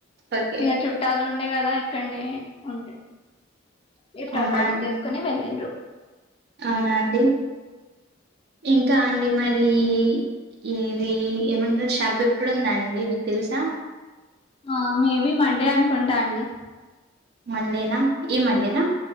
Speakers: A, on the right; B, on the left.
A: ఓకే
B: ఇగా చుట్టాలు ఉండే కదా ఇక్కడనే ఉండే గిఫ్ట్
A: అవునా
B: ఆర్ పార్టీ
A: అండి.
B: చేసుకోని వెళ్ళిండ్రు
A: అవునా అండి ఇంకా అండి మరి ఇది ఏమంటారు షబ్ ఎప్పుడుందా అండి మీకు తెలుసా
B: ఆ మేబి మండే అనుకుంటా అండి
A: మండేనా ఈ మండేనా